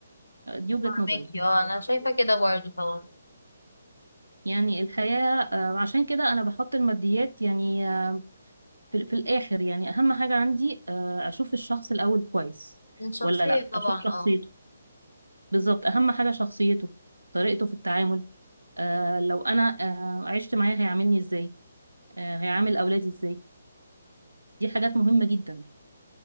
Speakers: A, on the right; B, on the left.
A: آه، دي وجهه
B: فاهمك
A: نظري
B: اه انا شايفة كده برضو طبعا
A: يعني الحياه آه، عشان كده انا بحط الماديات يعني في, في الآخر يعني أهم حاجة عندي آه، أشوف الشخص الأول كويس
B: من شخصية
A: ولا لأ
B: طبعا
A: أشوف شخصيته
B: اه
A: بالظبط أهم حاجة شخصيته طريقته في التعامل آه، لو أنا آه، عشت معاه هيعاملني إزاي آه، هيعامل أولادي إزاي دي حاجات مهمة جدا